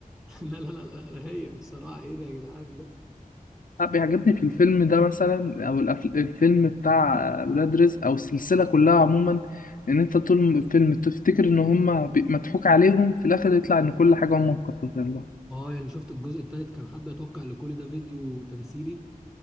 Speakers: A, in the centre; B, on the left (about 65°).
A: <laughs> لا لا لا لا رايق بصراحة ايه ده يا جدعان ده
B: لا، بيعجبني في الفيلم ده مثلا او الأف- الفيلم بتاع ولاد رزق او السلسله كلها عموما ان انت طول الفيلم تفتكر ان هما بي- مضحوك عليهم في الاخر يطلع ان كل حاجه هما مخططين لها
A: اه يعني شفت الجزء التالت كان حد يتوقع ان كل ده فيديو تمثيلي